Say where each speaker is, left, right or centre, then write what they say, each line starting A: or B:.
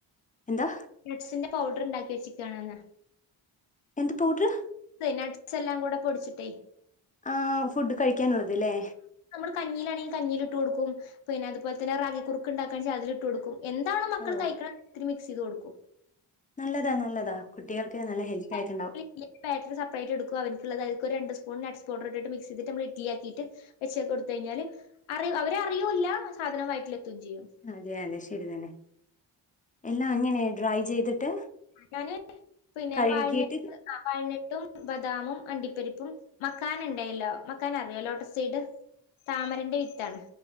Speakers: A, on the left; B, on the left.
A: എന്താ
B: നട്ട്സിന്റെ പൗഡർ ഉണ്ടാക്കി വെച്ച്ക്കാന്ന്
A: എന്ത് പൗഡറ്
B: നട്ട്സെല്ലാം കൂടെ പൊടിച്ചിട്ടേ
A: ആഹ് ഫുഡ് കഴിക്കാനുള്ളത് അല്ലേ
B: നമ്മൾ കഞ്ഞിയിലാണെ കഞ്ഞില്ട്ട് കൊടുക്കും പിന്നെ അത് പോൽ തന്നെ റാഗി കുറുക്ക്ണ്ടാക്കാണെച്ചാൽ അതില് ഇട്ട് കൊട്ക്കും എന്താണോ മക്കൾ
A: ഓ
B: കഴക്കാ ഇത്തിരി മിക്സെയ്ത് കൊട്ക്കും.
A: നല്ലതാ നല്ലതാ കുട്ടികൾക്ക് നല്ല ഹെൽത്ത് ആയിട്ടുണ്ടാവും
B: <inaudible> ബാറ്ററ് സപ്പറേറ്റ് എടുക്കു അവര്ക്ക്ള്ളത് അതുക്കൊരു രണ്ട് സ്പൂൺ നട്സ് പൗഡർട്ടിട്ട് മിക്സയ്ത്ട്ട് മള് ഇഡ്ലി ആകിട്ട് വെച്ച കൊട്ത്തഴിഞ്ഞാല് അവരറിയൂല്ല സാധനം വയറ്റിലെത്തും ചെയ്യും.
A: അതെ അതെ ശരി തന്നെ എല്ലാ അങ്ങനെ ഡ്രൈ ചെയ്തിട്ട്
B: ഞാന് പിന്നെ
A: കഴുകിയിട്ട്
B: വാൽനട്ട് ആ വാൽനെട്ടും ബദാമും അണ്ടിപ്പരിപ്പും മക്കാന ഇണ്ടായല്ലോ മക്കാന അറിയോ ലോട്ടസ് സൈഡ് താമരന്റെ വിത്താണ്